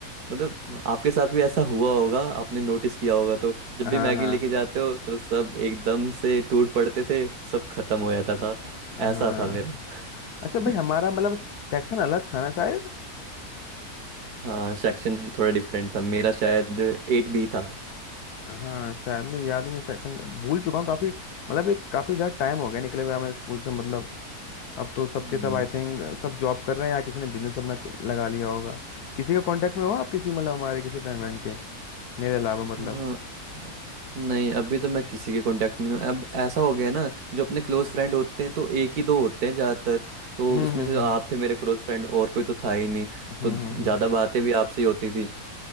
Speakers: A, on the right; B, on the left.
A: मतलब आपके साथ भी ऐसा हुआ होगा आपने नोटिस किया होगा तो जब
B: हाँ
A: भी
B: हाँ
A: मैगी
B: हाँ।
A: लेके जाते हो तो सब एकदम से टूट पड़ते थे सब खत्म हो जाता था
B: हाँ,
A: ऐसा था मेरा
B: हाँ। अच्छा भाई
A: <laughs>
B: हमारा मतलब सेक्शन अलग था ना शायद
A: हाँ सेक्शन थोड़ा डिफरेंट था मेरा शायद एट बी था
B: हाँ शायद मुझे याद नहीं मैं सेक्शन भूल चुका हूँ काफी मतलब एक काफी ज्यादा टाइम हो गया निकले हुए हमें स्कूल से मतलब अब तो सबके
A: हम्म,
B: सब आई थिंक सब जॉब कर रहे हैं या किसी ने बिजनेस अपना क- लगा लिया होगा किसी के कांटेक्ट में हो आप किसी मतलब हमारे किसी फ्रेंड फ्रेंड के मेरे अलावा मतलब
A: हाँ नहीं अभी तो मैं किसी के कांटेक्ट में नहीं हूँ अब ऐसा हो गया है ना जो अपने क्लोज फ्रेंड होते हैं तो एक ही दो होते हैं ज़्यादातर तो
B: हम्म
A: उसमें
B: हम्म
A: से
B: हम्म
A: आप थे मेरे क्लोज फ्रेंड और कोई तो था ही नहीं
B: हम्म
A: तो
B: हम्म
A: ज़्यादा
B: हम्म,
A: बातें भी आपसे ही होती थी